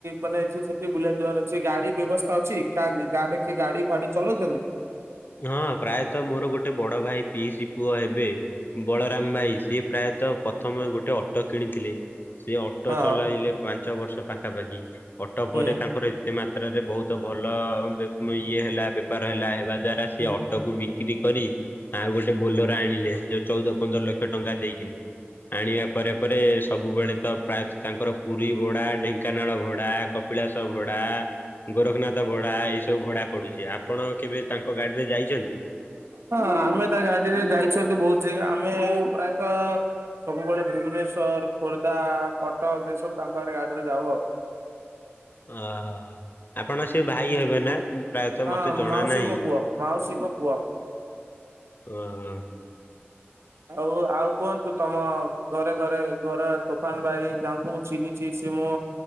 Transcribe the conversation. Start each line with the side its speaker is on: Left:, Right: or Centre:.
Right: ମାନେ ଅଛି ସେଠି ବୁଲା ଯିବାର ଅଛି, ସେଠି ଗାଡି ବ୍ୟବସ୍ଥା ତ ଅଛି ଗାଁରେ କିଏ ଗାଡି ଫାଡି ଚଲାଉଛନ୍ତି?
Left: ହଁ ପ୍ରାୟତଃ ମୋର ଗୋଟେ ବଡ ଭାଇ ପିଇସି ପୁଅ ହେବେ ବଳରାମ ଭାଇ ସିଏ ପ୍ରାୟତଃ ପ୍ରଥମେ ଗୋଟେ ଅଟୋ କିଣିଥିଲେ। ସେ ଅଟୋ
Right: ହଁ
Left: ଚଲାଇଲେ ପାଞ୍ଚ ବର୍ଷ ପାଖାପାଖି। ଅଟୋ
Right: ହୁଁ।
Left: ପରେ ତାଙ୍କର ଏତେ ମାତ୍ରାରେ ବହୁ ତ ଭଲ ଇଏ ହେଲା ବେପାର ହେଲା, ହେବା ଦ୍ଵାରା ସିଏ
Right: ହଁ
Left: ଅଟୋକୁ ବି ଚାକିରି କରି ଆଉ ଗୋଟେ ବୋଲର ଆଣିଲେ, ଯୋଉ ଚଉଦ ପନ୍ଦର ଲକ୍ଷ ଟଙ୍କା ଦେଇକିନି। ଆଣିବା ପରେ ପରେ ସବୁବେଳେ ତ ପ୍ରାୟ ତାଙ୍କର ପୁରୀ ଭଡା, ଢେଙ୍କାନାଳ ଭଡା, କପିଳାସ ଭଡା ଗୋରଖନାଥ ଭଡା, ଏଇ ସବୁ ଭଡା ପଡୁଛି। ଆପଣ କେବେ ତାଙ୍କ ଗାଡିରେ ଯାଇଛନ୍ତି?
Right: ହଁ ଆମେ ତା ଗାଡିରେ ଯାଇଛନ୍ତି ବୋହୁତ୍ ଜାଗା, ଆମେ ପ୍ରାୟତ ସବୁବେଳେ ଭୁବନେଶ୍ଵର, ଖୋର୍ଦ୍ଧା, କଟକ ଏ ସବୁ ତାଙ୍କରି ଆ ଗାଡିରେ ଯାଉ ଆଉ।
Left: ଓହୋ। ଆପଣ ସେ ଭାଇ ହେବେ ନା? ପ୍ରାୟତଃ
Right: ହଁ
Left: ମତେ ଜଣା
Right: ମାଉସୀଙ୍କ
Left: ନାହିଁ
Right: ପୁଅ। ମାଉସୀଙ୍କ ପୁଅ।
Left: ଓ ଆଃ
Right: ଆଉ ଆଉ କୁହନ୍ତୁ ତମ ଘରେ ଘରେ ଘର ତୋଫାନ ବାଇ ଯାହାଙ୍କୁ ମୁଁ ଚିହ୍ନିଛି ସିଏ ମୋ